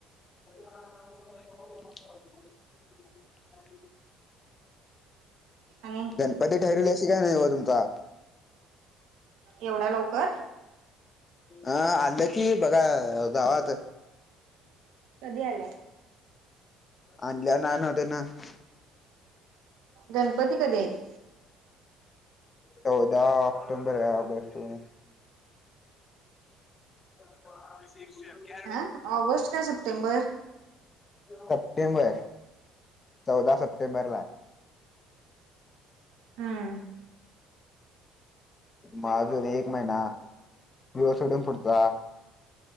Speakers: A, on the left (about 30°); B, on the right (about 65°).
A: होय
B: आणि
A: गणपती ठरलेवशी काय नाही हो तुमचा
B: एवढा लवकर
A: अं आलं की बघा गावात
B: कधी आला
A: अनल्या नान त ना <unintelligible>
B: गणपती कधी आहेत
A: चौदा ऑक्टोंबर आहे ऑगस्ट मध्ये हो <unintelligible> त <unintelligible>
B: ह ऑगस्ट काय सप्टेंबर
A: सप्टेंबर चौदा सप्टेंबर ला
B: हम
A: मग आजून एक महिना दिवसडून फटता